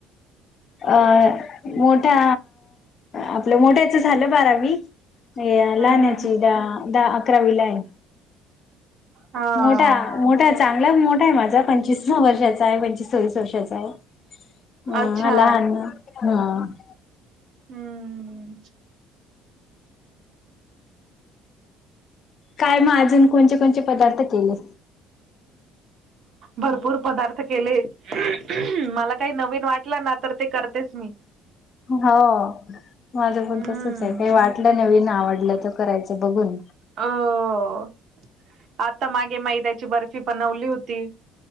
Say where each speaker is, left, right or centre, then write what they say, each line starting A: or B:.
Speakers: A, on the left (about 50°); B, on the right (about 55°).
A: अ मोठा आपल्या मोठ्याचं झालं बारावी. या लहान्याची
B: हम्म हम्म हम्म.
A: द दहा अकरावीला आहे.
B: हा
A: मोठां मोठां चांगलाच मोठां आहे माझां पंचवीस वर्षाचां आहे पंचवीस सव्वीस वर्षाचां आहे. हम्मं
B: अच्छा
A: लहांने हम्मं
B: हम्मं
A: कायं मंग अजूंन कोणते कोणचे पदार्थ केलें
B: भरूपूंर पदांर्थ केलेतं हम्मं मलां कांहीं नवीन वाटलं नां तरं ते करतेचं मी
A: हो माझं
B: हम्म.
A: पणं तसंच आहे कांहीं वाटलं नवीन आवडलं तरं करायचं बघूंन
B: अं अं आतां मागें मैद्यांची बर्फी बनवली होती